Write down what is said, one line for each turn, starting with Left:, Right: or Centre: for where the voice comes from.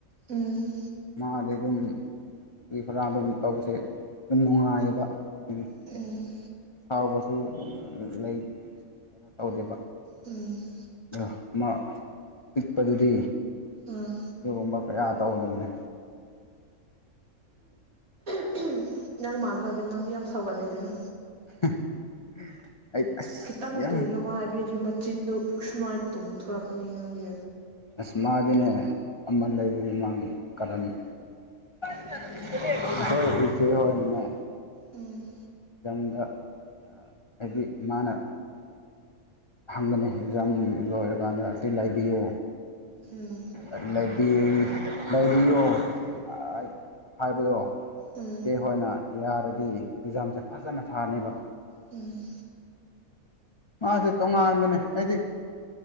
Right: ꯎꯝ
Left: ꯃꯥꯗꯤ ꯑꯗꯨꯝ ꯐꯔꯤ ꯈꯔꯥ ꯑꯗꯨꯝ ꯇꯧꯕꯁꯦ ꯑꯗꯨꯝ ꯅꯨꯡꯉꯥꯏꯌꯦꯕ ꯍꯥꯏꯗꯤ
Right: ꯎꯝ
Left: ꯁꯥꯎꯕꯁꯨ ꯂꯩ ꯀꯩꯅꯣ ꯇꯧꯗꯦꯕ
Right: ꯎꯝ
Left: ꯑꯗꯣ ꯃꯥ ꯄꯤꯛꯄꯗꯨꯗꯤ
Right: ꯑꯥ
Left: ꯑꯗꯨꯒꯨꯝꯕ ꯀꯌꯥ ꯇꯧꯒꯗꯕꯅꯦ
Right: <unintelligible> ꯅꯪ ꯃꯥꯟꯕꯕꯅꯦ ꯅꯪꯗꯤ ꯌꯥꯝ ꯁꯧꯒꯜꯂꯦꯗꯅ
Left: <unintelligible> ꯑꯁ
Right: ꯈꯤꯇꯪ
Left: ꯌꯥꯝ
Right: ꯀꯩꯅꯣꯕꯨ ꯍꯥꯏꯕꯒꯤꯗꯤ ꯃꯆꯤꯟꯗꯣ ꯁꯨꯃꯥꯏꯅ ꯇꯨꯝꯊꯣꯔꯛꯀꯅꯤ ꯅꯪꯗꯤ
Left: ꯑꯁ ꯃꯥꯒꯤꯅꯦ ꯑꯃ ꯂꯩꯕꯅꯤ ꯃꯥꯒꯤ ꯀꯔꯟ <unintelligible>
Right: ꯎꯝ
Left: ꯇꯝꯗ ꯑ ꯍꯥꯏꯗꯤ ꯃꯥꯅ ꯍꯪꯒꯅꯦ ꯑꯦꯛꯖꯥꯝ ꯂꯣꯏꯔꯀꯥꯟꯗ ꯑꯁꯤ ꯂꯩꯕꯤꯌꯣ
Right: ꯎꯝ
Left: ꯑ ꯂꯩꯕꯤ ꯂꯩꯕꯤꯌꯣ ꯑ ꯑꯩ ꯍꯥꯏꯕꯗꯣ
Right: ꯎꯝ
Left: ꯆꯦ ꯍꯣꯏꯅ ꯌꯥꯔꯗꯤ ꯑꯦꯛꯖꯥꯝꯁꯦ ꯐꯖꯅ ꯊꯥꯅꯦꯕ
Right: ꯎꯝ
Left: ꯃꯥꯁꯦ ꯇꯣꯉꯥꯟꯕꯅꯦ ꯍꯥꯏꯗꯤ